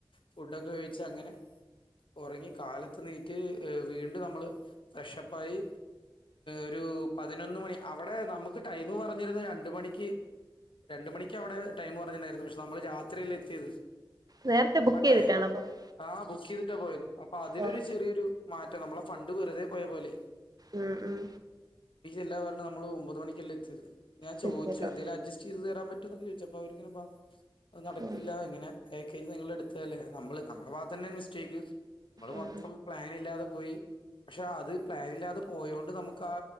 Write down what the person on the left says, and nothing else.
ഫുഡൊക്കെ കഴിച്ച് അങ്ങനെ ഒറങ്ങി കാലത്ത് നീ റ്റ് വീണ്ടും നമ്മള് ഫ്രഷപ്പായി ഒരു പതിനൊന്ന് മണി അവടെ നമ്മക്ക് ടൈമ് പറഞ്ഞിരുന്നത് രണ്ട് മണിക്ക് രണ്ട് മണിക്ക് അവടെ ടൈമ് പറഞ്ണ്ടായിരുന്നു പക്ഷെ നമ്മൾ രാത്രിയല്ലേ എത്തിയത്
പട്ടായി
ആ ബുക്ക് ചെയ്തിട്ടാ പോയത് അപ്പൊ അതിലൊര്
മാറ്റം നമ്മളെ ഫണ്ട് വെറുതെ പോയ പോലെ
എല്ലാവര്ണ് നമ്മള് ഒമ്പത് മണിക്കെല്ലേ എത്തിയത് ഞാൻ
ചോയ്ച്ചു എന്തേലും അഡ്ജസ്റ്റ് ചെയ്ത് തരാൻ പറ്റ് ട്ടൊന്ന് ചോയ്ച്ചപ്പം അവര്ങ്ങനെ പർ നടക്കില്ല
ഇങ്ങനെ <unintelligible> ക്ക് ങ്ങനെ നിങ്ങള് എട്ത്തല്ലേ നമ്മള് നമ്മടെ ഭാഗത്ത് തന്നെയാ മിസ്റ്റേക്ക് നമ്മള്
മൊത്തം ഇല്ലാതെ പോയി ക്ഷെ അത് പ്ലാനില്ലാതെ പോയോണ്ട് നമുക്ക് ആ